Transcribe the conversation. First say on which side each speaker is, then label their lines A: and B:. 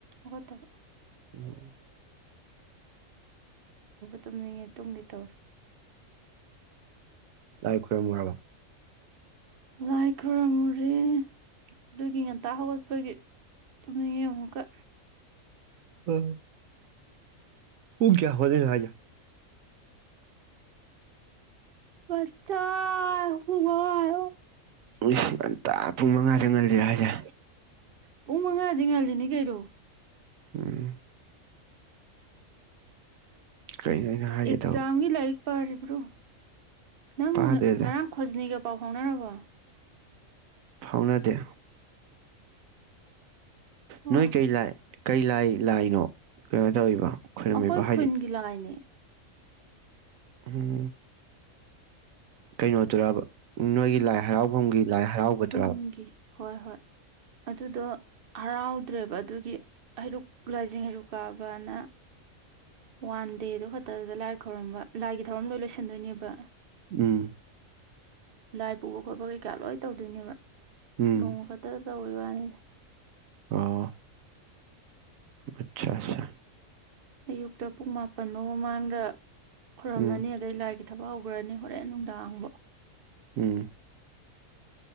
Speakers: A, on the right (about 50°); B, on the right (about 80°).
A: ꯍ ꯇꯕ
B: ꯎꯝ
A: ꯇꯨꯝꯅꯤꯡꯉꯤ ꯇꯨꯝꯒꯤꯦ ꯇꯧꯔꯦ
B: ꯂꯥꯏ ꯈꯔ ꯃꯔꯕ
A: ꯂꯥꯏ ꯈꯨꯔꯨꯝꯃꯨꯔꯦ ꯑꯗꯨꯒꯤ ꯉꯟꯇ ꯍꯧꯒꯠꯄꯒꯤ ꯇꯨꯝꯅꯤꯡꯉꯦ ꯑꯃꯨꯛꯀ
B: ꯍ ꯎ ꯀꯌꯥ ꯍꯗ ꯍꯥꯏꯖ
A: ꯑꯁꯇ ꯍꯃ
B: ꯂꯤꯁꯤꯡ ꯑꯟꯇꯥ ꯄꯨꯡ ꯃꯉꯥꯗ ꯉꯁꯤꯔ ꯍꯧꯖ
A: ꯄꯨꯡ ꯃꯉꯥꯗꯤ ꯉꯥꯜꯂꯤꯅꯦ ꯀꯔꯣ
B: ꯎꯝ ꯀꯩꯅꯣ ꯑꯩꯅ ꯍꯥꯏꯒꯦ
A: ꯑꯦꯛꯖꯥꯝꯒꯤ
B: ꯇꯧꯕ
A: ꯂꯥꯏꯛ ꯄꯔꯤꯕ꯭ꯔꯣ ꯅꯪ
B: ꯇꯥꯗꯦꯗ
A: ꯉꯔꯥꯡ ꯈꯣꯖꯅꯤꯒ ꯄꯥꯎ ꯈꯥꯎꯅ ꯅꯔꯕꯣ
B: ꯐꯥꯎꯅꯗꯦ
A: ꯑꯣ
B: ꯅꯣꯏꯣꯏ ꯀꯩ ꯂꯥꯏ ꯀꯩ ꯂꯥꯏ ꯂꯥꯏꯅꯣ ꯀꯩꯅꯣ ꯇꯧꯔꯤꯕ ꯈꯣꯏꯔꯝꯃꯤꯕ
A: ꯑꯩꯈꯣꯏ
B: ꯍꯥꯏꯗꯤ
A: ꯈꯨꯟꯒꯤ ꯂꯥꯛꯥꯏꯅꯦ
B: ꯎꯝ ꯀꯩꯅꯣ ꯇꯔꯕ ꯅꯣꯏꯒꯤ ꯂꯥꯏ ꯍꯔꯥꯎꯐꯝꯒꯤ ꯂꯥꯏ ꯍꯔꯥꯎꯒꯗ꯭ꯔꯥꯕ
A: ꯈꯨꯟꯒꯤ ꯍꯣꯏ ꯍꯣꯏ ꯑꯗꯨꯗꯣ ꯍꯔꯥꯎ ꯐꯠꯇ꯭ꯔꯦꯕ ꯑꯗꯨꯒꯤ ꯍꯩꯔꯨꯛ ꯂꯥꯏꯖꯤꯡ ꯍꯩꯔꯨꯛ ꯀꯥꯕꯅ ꯋꯥꯟ ꯗꯦꯗꯣ ꯈꯛꯇꯗꯨꯗ ꯂꯥꯏ ꯈꯣꯏꯔꯝꯕ ꯂꯥꯏꯒꯤ ꯊꯧꯔꯝ ꯂꯣꯏ ꯂꯣꯏꯁꯤꯟꯗꯣꯏꯅꯦꯕ
B: ꯎꯝ
A: ꯂꯥꯏ ꯄꯨꯕ ꯈꯣꯠꯄ ꯀꯩꯀꯥ ꯂꯣꯏ ꯇꯧꯗꯣꯏꯅꯦꯕ
B: ꯎꯝ
A: ꯅꯣꯡꯃ ꯈꯇ ꯑꯣꯏ ꯋꯥꯅꯤ
B: ꯑꯥ ꯑꯆꯥ ꯑꯆꯥ
A: ꯑꯌꯨꯛꯇ ꯄꯨꯡ ꯃꯥꯄꯜꯐꯧ ꯃꯃꯥꯡꯗ ꯈꯨꯣꯏꯔꯨꯝꯃꯅꯤ
B: ꯎꯝ
A: ꯑꯗꯩ ꯂꯥꯏꯒꯤ ꯊꯕꯛ ꯍꯧꯈ꯭ꯔꯅꯤ ꯍꯣꯔꯦꯟ ꯅꯨꯡꯗꯥꯡꯕ
B: ꯎꯝ